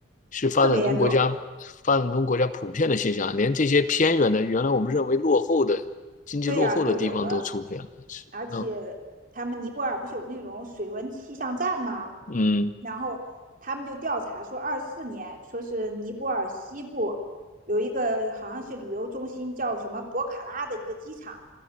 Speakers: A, on the left (about 35°); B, on the right (about 40°).
A: 是发展中国家发展中国家普遍的现象啊，
B: 特别严重。
A: 连这些偏远的，原来我们认为落后的经济落后的地方都出现了。
B: 对呀、都有了，
A: 是，
B: 而且他们尼泊尔不是有那种水文气象站吗？
A: 那嗯
B: 然后他们就调查说，二四年说是尼泊尔西部有一个好像是旅游中心叫什么博卡拉的一个机场，